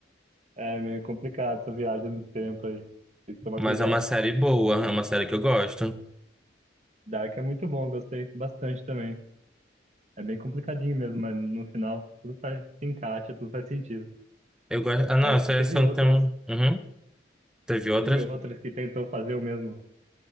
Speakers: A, on the right; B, in the centre.
A: É meio complicado essa viagem no tempo aí. Tem que tomar
B: Mas
A: cuidado.
B: é uma série boa, é uma série que eu gosto.
A: Dark é muito bom, gostei bastante também. É bem complicadinho mesmo, mas no final tudo faz, se encaixa, tudo faz sentido.
B: Eu gosto. Ah, não,
A: Aí
B: essa
A: teve
B: é só
A: outras,
B: tem um. Uhum. Teve outras
A: teve outras que tentou fazer o mesmo,